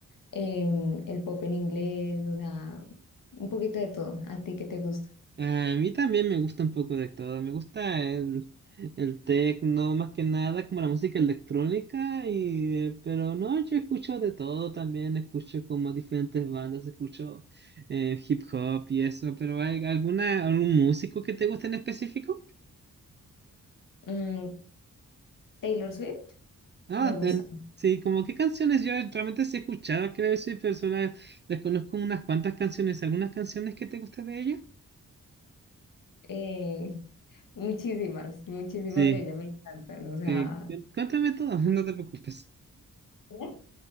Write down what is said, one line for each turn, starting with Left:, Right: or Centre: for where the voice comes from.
Left: em, el pop en inglés, o sea, un poquito de todo. ¿A ti qué te gusta?
Right: Eh, a mí también me gusta un poco de todo, me gusta el, el techno, más que nada, como la música electrónica, y, eh, pero no, yo escucho de todo también, escucho como diferentes bandas, escucho eh, hip hop y eso, pero ¿hay alguna, algún músico que te guste en específico?
Left: Mm, Taylor Swift,
Right: Ah,
Left: me gusta.
Right: tal- sí, como qué canciones yo realmente sí he escuchado, creo que soy persona, les conozco unas cuantas canciones, algunas canciones que te gustan de ella.
Left: Eh, <laughs> muchísimas, muchísimas
Right: Sí,
Left: de ellas me encantan. O sea,
Right: eh, cu- cuéntame todas, <laughs> no te preocupes.
Left: ¿Eh?